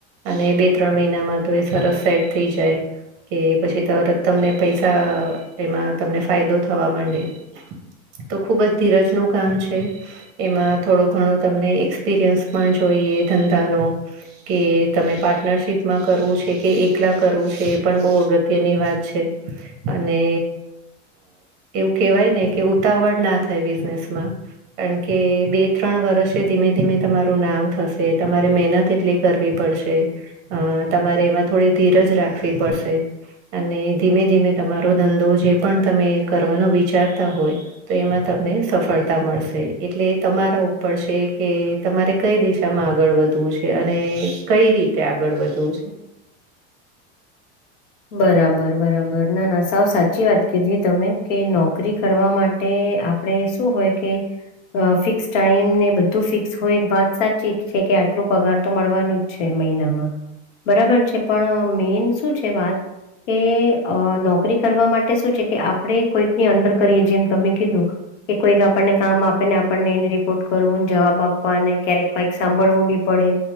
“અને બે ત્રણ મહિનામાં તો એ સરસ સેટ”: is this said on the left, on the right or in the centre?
Right